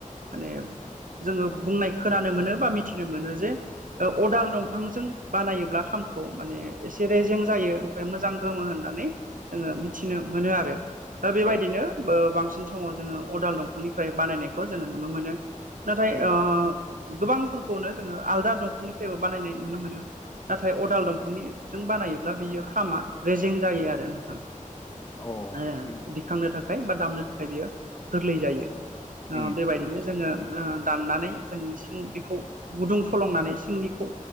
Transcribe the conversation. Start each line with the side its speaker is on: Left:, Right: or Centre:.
Right: माने जोङो बुंनाय खोनानो मोनो बा मिथिनो मोनो जे ओ अदाल दंफांजों बानायोब्ला खाम खौ माने एसे रेजें जायो ओमफ्राय मोजां गोमो होननानै जोङो मिथिनो मोनो आरो। दा बेबायदिनो
Left: औ
Right: ओ बांसिन समाव जोङो अदाल दंफांनिफ्राय बानायनायखौ जोङो नुनो मोनो। नाथाय
Left: उम
Right: ओ गोबां फोरखौनो जोङो आलदा दंफांनिफ्रायबो बानायनाय नुनो मोनो। नाथाय अदाल दंफांनिजों बानायोब्ला बियो खामा रेजें जायो आरो नोंथां।
Left: औ
Right: ओ
Left: अ
Right: दिखांनो थाखाय बा दामनो थाखाय बियो गोरलै जायो। ओ
Left: उम
Right: बेबायदिनो जोङो ओ दाननानै जोंनि सिं बेखौ गुदुं फलंनानै सिंनिखौ